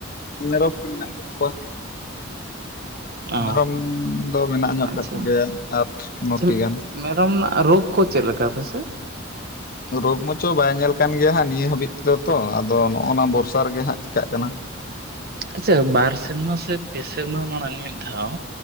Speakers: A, on the left; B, on the right.
A: ᱢᱮᱨᱚᱢ ᱠᱚ ᱢᱮᱱᱟᱜ ᱟᱠᱟᱫ ᱠᱚᱣᱟ
B: ᱚ
A: ᱢᱮᱨᱚᱢ ᱫᱚ ᱢᱮᱱᱟᱜ ᱧᱚᱜ
B: ᱟᱪᱪᱷᱟ
A: ᱟᱠᱟᱫ ᱠᱚᱜᱮᱭᱟ ᱟᱴ ᱱᱚᱴᱤ
B: ᱟᱪᱪᱷᱟ
A: ᱜᱟᱱ
B: ᱢᱮᱨᱚᱢ ᱨᱮᱱᱟᱜ ᱨᱳᱜᱽ ᱠᱚ ᱪᱮᱫ ᱞᱮᱠᱟ ᱯᱮᱥᱮ
A: ᱨᱳᱜᱽ ᱢᱟᱪᱚ ᱵᱟᱭ ᱧᱮᱞ ᱠᱟᱱ ᱜᱮᱭᱟ ᱦᱟᱸᱜ ᱱᱤᱭᱟᱹ ᱦᱟᱹᱵᱤᱡ ᱛᱮᱫᱚ ᱛᱚ ᱟᱫᱚ ᱱᱚᱜ ᱱᱟ ᱵᱚᱨᱥᱟ ᱨᱮᱜᱮ ᱦᱟᱸᱜ ᱪᱮᱠᱟᱹᱜ ᱠᱟᱱᱟ
B: ᱟᱪᱪᱷᱟ ᱵᱟᱨ ᱥᱮᱨᱢᱟ ᱥᱮ ᱯᱮ ᱥᱮᱨᱢᱟ ᱢᱟᱲᱟᱝ ᱢᱤᱫ ᱫᱷᱟᱣ